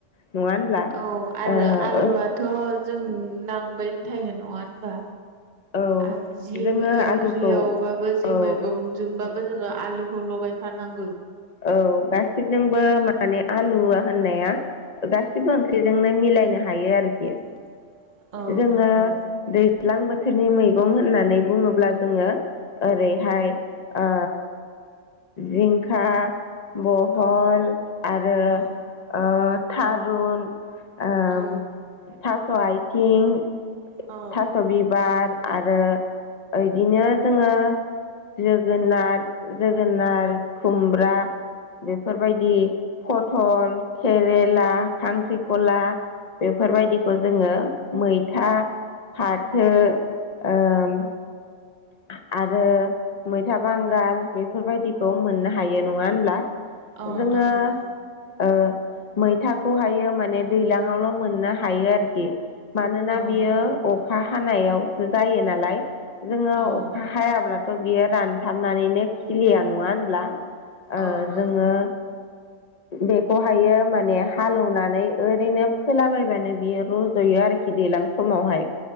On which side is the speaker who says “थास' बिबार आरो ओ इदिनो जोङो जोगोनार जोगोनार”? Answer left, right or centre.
Left